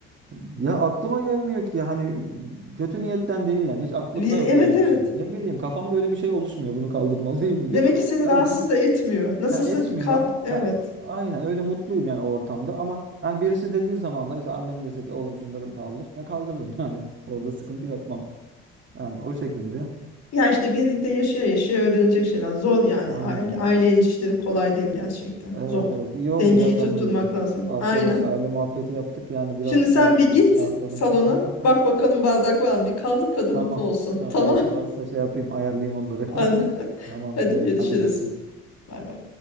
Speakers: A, on the right (about 40°); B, on the left (about 55°).
A: Ya aklıma gelmiyor ki ya hani kötü niyetten değil yani hiç aklımda
B: Bir- Evet
A: yok öyle
B: evet.
A: bir şey. Ne bileyim kafamda öyle bir şey oluşmuyor bunu kaldırmalıyım gibi.
B: Demek ki
A: <laughs>
B: seni
A: Sadece
B: rahatsız da etmiyor. Nasılsa
A: ha, etmiyor.
B: kalk. Evet.
A: Ha, aynen öyle mutluyum yani o ortamda ama yani birisi dediği zaman da mesela annem dese ki oğlum şunları kaldır. Ya kaldırırım <laughs> yani orada sıkıntı yapmam. Yani o şekilde.
B: Ya işte birlikte yaşaya yaşaya öğrenilecek şeyler. Zor yani.
A: Aynen.
B: Aile, aile ilişkileri kolay değil gerçekten.
A: Evet
B: Zor.
A: evet iyi oldu
B: Dengeyi
A: ya seninle
B: tutturmak
A: bir
B: lazım.
A: arkadaş
B: Aynen.
A: aile muhabbeti yaptık yani biraz
B: Şimdi
A: şey
B: sen
A: yaptım
B: bir git
A: rahatladım.
B: salona.
A: <laughs>
B: Bak bakalım bardak var mı? Bir kaldır kadın
A: Tamam.
B: mutlu olsun.
A: Tamam.
B: Tamam.
A: Varsa şey yapayım, ayarlayayım onları.
B: <laughs> Anne.
A: <laughs> Tamamdır.
B: Hadi görüşürüz.
A: Hadi görüşürüz.
B: Bay bay.